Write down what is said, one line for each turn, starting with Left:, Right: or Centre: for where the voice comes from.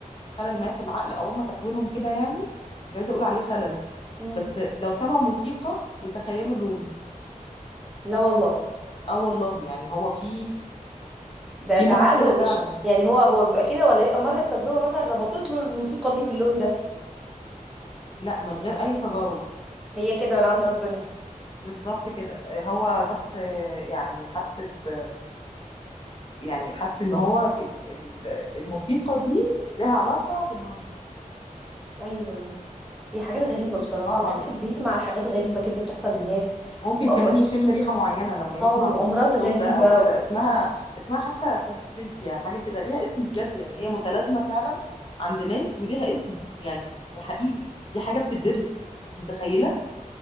Left: خلل ما في العقل او هم تكوينهم كده يعني مش عايزه اقول عليه خلل
Centre: مم.
Left: بس لو سمعوا موسيقى يتخيلوا لون
Centre: لا والله
Left: اه والله يعني هو في
Centre: ده
Left: في
Centre: ده
Left: مرض
Centre: عقله
Left: كده فعلا
Centre: إش... يعني هو هو بيبقى كده ولا بيبقى مر بتجربة مثلا ربطت له الموسيقى دي باللون ده
Left: لا من غير اي تجارب
Centre: هي كده من عند ربنا
Left: بالظبط كده آه، هو بس آه، يعني حس ب يعني حس ان هو في ال- ال- الموسيقى دي لها علاقة باللون ده
Centre: ايوه ايوه هي حاجات غريبة بصراحة
Left: والله العظيم
Centre: الواحد بيسمع حاجات غريبة كده بتحصل للناس
Left: ممكن
Centre: وأم...
Left: كمان يشم ريحة معينة لما يسمع
Centre: اه وأمراض
Left: الصوت
Centre: غريبة
Left: ده او كده
Centre: و...
Left: اسمها اسمها حتى سينستيزيا حاجة كده ليها اسم بجد يعني هي متلازمة فعلا عند ناس وليها اسم يعني حقيقي دي حاجة بتدرس متخيلة